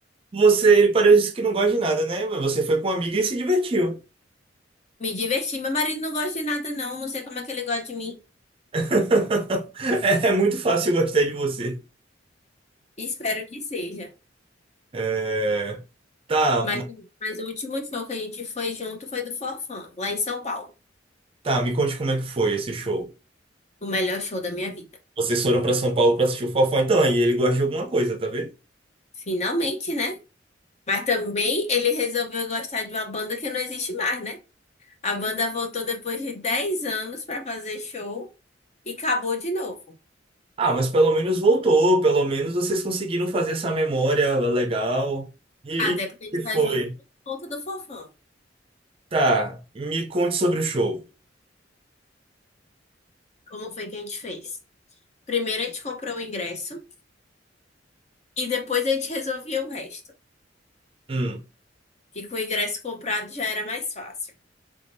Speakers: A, on the right; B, on the left.
A: você, ele parece que não gosta de nada, né? Mas Você foi com uma amiga e se divertiu.
B: Me diverti. Meu marido não gosta de nada, não. Não sei como é que ele gosta de mim.
A: <laughs> É, é muito fácil gostar de você.
B: Espero que seja.
A: É, tá, ma-
B: Mas, mas o último show que a gente foi junto foi do Forfã, lá em São Paulo.
A: tá, me conte como é que foi esse show.
B: O melhor show da minha vida.
A: Vocês foram pra São Paulo pra assistir o Fofão, então aí ele gosta de alguma coisa, tá vendo?
B: Finalmente, né? Mas também ele resolveu gostar de uma banda que não existe mais, né? A banda voltou depois de 10 anos pra fazer show e acabou de novo.
A: Ah, mas pelo menos voltou, pelo menos vocês conseguiram fazer essa memória legal. E,
B: Até
A: e como
B: porque a gente
A: que
B: tá
A: foi?
B: junto por conta do Forfã.
A: Tá, me conte sobre o show.
B: Como foi que a gente fez? Primeiro a gente comprou o ingresso e depois a gente resolvia o resto.
A: Hum,
B: Que com o ingresso comprado já era mais fácil.